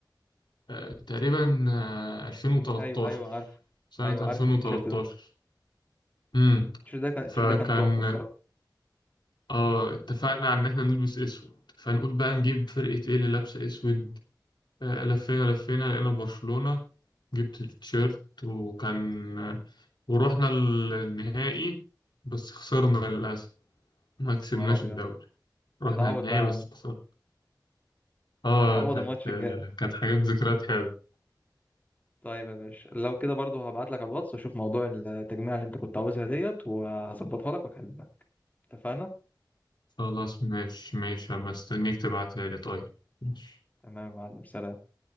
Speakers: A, on the left (about 70°); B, on the left (about 20°).
A: آه، تقريبا آه، 2013
B: ايوه ايوه عارف
A: سنة
B: ايوه
A: 2013
B: عارف التيشيرت ده
A: امم
B: التيشيرت ده كان التيشيرت
A: فكان
B: ده كان تحفة بصراحة
A: اه اتفقنا على ان احنا نلبس اسود فنقول بقى نجيب فرقة ايه اللي لابسة اسود آه، لفينا لفينا لقينا برشلونة جبت التيشيرت وكان آه، ورحنا النهائي بس خسرنا للأسف ما كسبناش
B: يا نهار ابيض
A: الدوري رحنا
B: تتعود
A: النهائي
B: بقى يا
A: بس
B: عم
A: خسرنا اه
B: تتعود
A: كانت
B: الماتش
A: آه،
B: الجاي
A: كانت حاجات ذكريات حلوة
B: طيب يا باشا لو كده برضو هبعت لك على الواتس اشوف موضوع التجميع اللي انت كنت عاوزها ديت وهظبطها لك واكلمك اتفقنا
A: خلاص ماشي ماشي هبقى استنيك تبعتها لي طيب ماشي
B: تمام يا معلم سلام